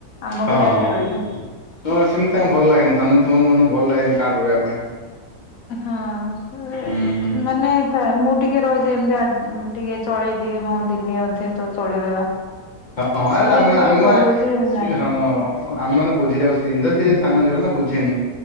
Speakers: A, on the left (about 65°); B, on the left (about 40°).
A: ଆମ
B: ହଁ
A: ଘରେ
B: ହଁ
A: ଏକା ରହିବି
B: ସେମିତି ତାଙ୍କୁ ଭଲ ଲାଗେନା ସାନ ମନେ ଭଲ ଲାଗେନି କାଟେ ରୋହିବା ପାଇଁ।
A: ହଁ ସେ
B: ହୁଁ ହୁଁ।
A: ମାନେ ଥା ମୁଁ ଟିକେ ରହିଯାଏ ତା ଏମିତି ଆର୍ଜ ଟିକେ ଚଳେଇଦିଏ ହଁ ଦିନି ଅଧେତ ଚଳେଇଦବା
B: ହଁ ହଁ
A: ସିଏ
B: ରେ ଆ
A: ଟିକେ
B: ଆମର
A: କହିବ ଯେ ନାଇଁ
B: ହଁ। ଆମେ ମାନେ ବୁଝି ଯାଉନା ସେ ସାନ ଝିଅଟାନା ବୁଝିନି